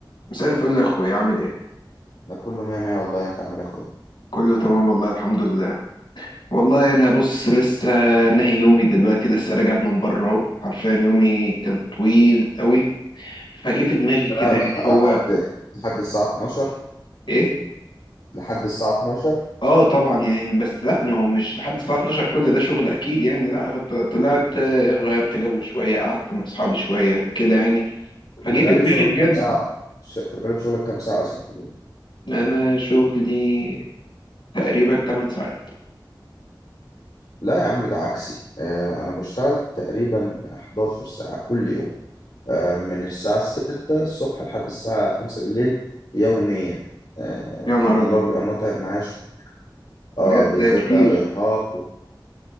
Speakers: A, on the left; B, on the left.
A: مساء الفل يا اخويا عامل ايه
B: لا كله مية مية والله انت عامل يا اخويا
A: كله تمام والله الحمد لله والله انا بص لسه نهي يومي دلوقتي لسه راجع من بره اهو حرفيا يومي كان طويل قوي فجه في دماغي
B: لا
A: كده
B: لا
A: يعني
B: لا
A: هو
B: لحد لحد الساعة 12
A: ايه
B: لحد الساعة 12
A: اه طبعا يعني بس لا ما هو مش لحد الساعه 12 كل ده شغل اكيد يعني لا فط- طلعت آه، غيرت جو شويه قعدت مع اصحابي شويه كده يعني فجه
B: في الغالب
A: في دماغي
B: شغلك
A: بجد
B: كام ساعة ش- في الغالب شغلك كام ساعة أصلا في اليوم؟
A: إن انا شغلي تقريبا 8 ساعات
B: لا يا عم ده عكسي آه أنا بشتغل تقريبا 11 ساعة كل يوم آه من الساعة 6 الصبح لحد الساعة 5 بالليل يوميا آه
A: يا
B: فالموضوع
A: نهار ابيض
B: بيبقى متعب معايا شوية.
A: بجد
B: اه بالذات
A: ده كتير
B: بقى الإرهاق